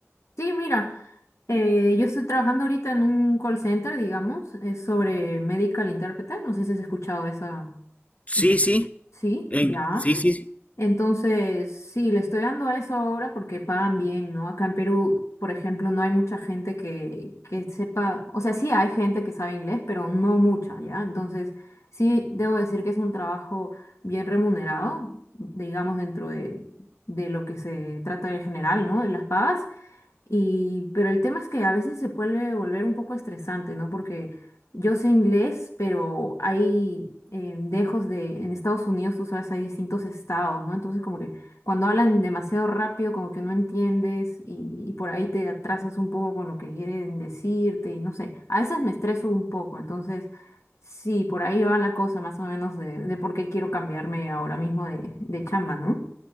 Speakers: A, on the left (about 80°); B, on the left (about 30°).
A: Sí, mira, eh, yo estoy trabajando ahorita en un call center, digamos, es sobre medical interpreter. No sé si has escuchado esa,
B: Sí,
A: esa-
B: sí.
A: Sí,
B: En-
A: ya.
B: sí, sí. sí.
A: Entonces, sí, le estoy dando a eso ahora porque pagan bien, ¿no? Acá en Perú, por ejemplo, no hay mucha gente que, que sepa, o sea, sí hay gente que sabe inglés, pero no mucha, ¿ya? Entonces, sí, debo decir que es un trabajo bien remunerado, digamos, dentro de, de lo que se trata en general, ¿no? De las pagas. Y, pero el tema es que a veces se puede volver un poco estresante, ¿no? Porque yo sé inglés, pero hay eh, dejos de, en Estados Unidos, tú sabes, hay distintos estados, ¿no? Entonces como que cuando hablan demasiado rápido, como que no entiendes y, y por ahí te atrasas un poco con lo que quieren decirte y no sé, a veces me estreso un poco, entonces sí, por ahí va la cosa más o menos de, de por qué quiero cambiarme ahora mismo de, de chamba, ¿no?